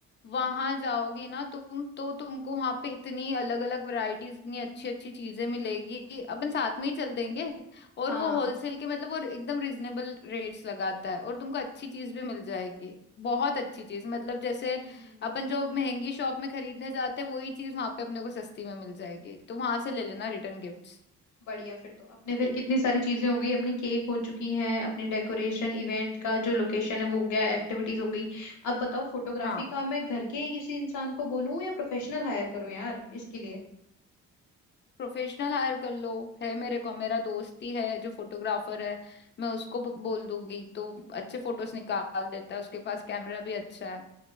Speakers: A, on the left (about 35°); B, on the left (about 75°).
A: वहां
B: हम्म
A: जाओगी ना तुम तो तुमको वहां पे इतनी अलग अलग वैरायटीज इतनी अच्छी अच्छी चीजें मिलेगी
B: हम्म हम्म हम्म
A: अपन
B: हम्म
A: साथ में ही चल देंगे और
B: हाँ
A: वो होलसेल के मतलब वो एकदम रिजनेबल रेट्स लगाता है और तुमको अच्छी चीज भी मिल जाएगी बहुत अच्छी चीज मतलब जैसे
B: हम्म हम्म
A: अपन जो महंगी शॉप में खरीदने जाते हैं वही चीज वहां पे अपने को सस्ती में मिल जाएगी तो वहां से ले लेना रिटर्न गिफ्ट्स
B: बढ़िया फिर तो अपने
A: ठीक।
B: फिर कितनी सारी चीजें हो गई अपनी केक हो चुकी हैं अपनी डेकोरेशन इवेंट का जो लोकेशन है वो हो गया एक्टिविटीज हो गई अब बताओ फोटोग्राफी
A: हाँ
B: का मैं घर के ही किसी इंसान को बोलूं या प्रोफेशनल हायर करूं यार इसके लिए
A: प्रोफेशनल हायर कर लो है मेरे को मेरा दोस्त ही है जो फोटोग्राफर है मैं उसको ब- बोल दूंगी तो
B: हम्म
A: अच्छे फोटोज निकाल देता है उसके पास कैमरा भी अच्छा है